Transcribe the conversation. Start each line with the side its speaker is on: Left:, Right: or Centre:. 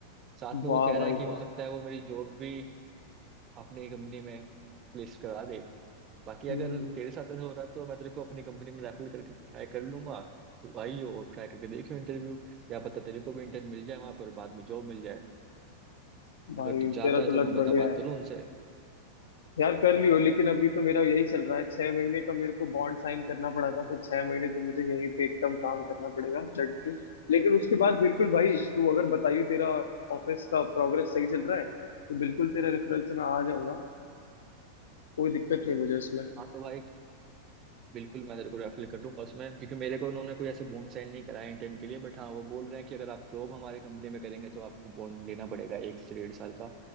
Right: साथ में
Left: वाह
Right: वो कह
Left: भाई
Right: रहा है कि हो
Left: वाह
Right: सकता है वो मेरी जॉब भी अपनी कंपनी में प्लेस करा दे बाकी अगर
Left: हम्म,
Right: तेरे साथ ऐसा हो रहा है तो मैं तेरे को अपनी कंपनी में रेफर करके ट्राई कर लूंगा तू आइयो और ट्राई करके देखियो इंटरव्यू क्या पता तेरे को भी इंटर्न मिल जाए वहां पर और बाद में जॉब मिल जाए
Left: भाई
Right: अगर तू चाहता
Left: तेरा
Right: है
Left: तो
Right: तो
Left: लक
Right: मैं बता
Left: बढ़िया
Right: बात करूँ उनसे
Left: यार कर लियो लेकिन अभी तो मेरा यही चल रहा है छह महीने का मेरे को बॉन्ड साइन करना पड़ा था तो छह महीने तो मुझे यहीं पे एकदम काम करना पड़ेगा जट के लेकिन उसके बाद बिल्कुल भाई तू अगर बताइए तेरा ऑफिस का प्रोग्रेस सही चल रहा है तो बिल्कुल तेरा रेफरेंस से मैं आ जाऊंगा कोई दिक्कत नहीं है मुझे उसमें
Right: हाँ तो भाई बिल्कुल मैं तेरे को रेफर कर दूंगा उसमें क्योंकि मेरे को उन्होंने कोई ऐसे बॉन्ड साइन नहीं कराया इंटर्न के लिए बट हाँ वो बोल रहे हैं कि अगर आप जॉब हमारे कंपनी में करेंगे तो आपको बॉन्ड लेना पड़ेगा एक से डेढ़ साल का